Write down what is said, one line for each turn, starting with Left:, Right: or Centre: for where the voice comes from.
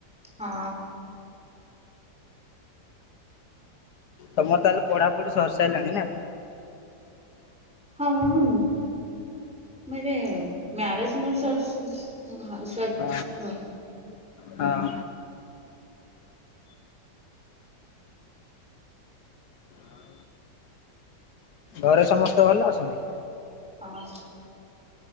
Centre: ହଁ।
Left: ତମର ତାହେଲେ ପଢାପଢି ସରି ସାରିଲାଣି ନା?
Centre: ହଁ <unintelligible> ମୁଁ ଏବେ ମ୍ୟାରେଜ ମୋର ସରିଛି। ମୁଁ ହାଉସ୍ ସରିଯାଇଛି
Left: ହଁ
Centre: ଘରେ।
Left: ହଁ ଆଉ। ଘରେ ସମସ୍ତେ ଭଲ ଅଛନ୍ତି।
Centre: ହଁ।